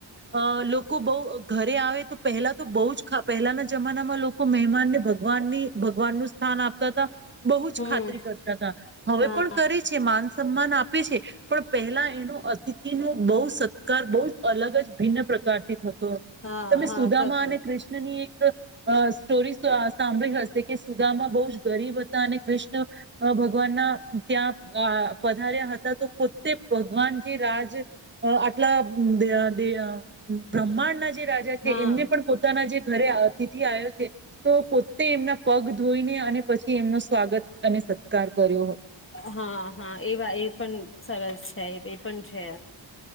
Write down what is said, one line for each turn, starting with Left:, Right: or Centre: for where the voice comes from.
Right: અ લોકો બઉ ઘરે આવે તો પહેલા તો બહ જ પહેલાના જમાનામાં લોકો મહેમાન ને ભગ ભગવાનની ભગવાન નું સ્થાન આપતા હતા. બહુ જ
Left: હમ
Right: ખાતરી કરતા હતા હવે
Left: હા
Right: પણ કરે છે. માન સન્માન આપે છે પણ પહેલા એનો અતિથિ નો બહુ સત્કાર બહુ જ અલગ જ ભિન્ન પ્રકારથી થતો હતો
Left: હા
Right: તમે
Left: હા
Right: સુદામા
Left: થતું
Right: અને કૃષ્ણ ની એક સ્ટોરી સાંભળી હશે કે સુદામાં બહુ જ ગરીબ હતા અને કૃષ્ણ ભગવાનના ત્યાં પધાર્યા હતા તો પોતે ભગવાન જે રાજ હું અટલા ધ્યાન તે આ બ્રહ્માંડ ના જે રાજા છે
Left: હા
Right: એમને પણ પોતાના જે ઘરે અતિથિ આયોજ તો પો એમના પગ ધોઈને અને પછી એમનો સ્વાગત અને સત્કાર કર્યો હતો
Left: હા હા એવા એ પણ સરસ છે એ પણ છે.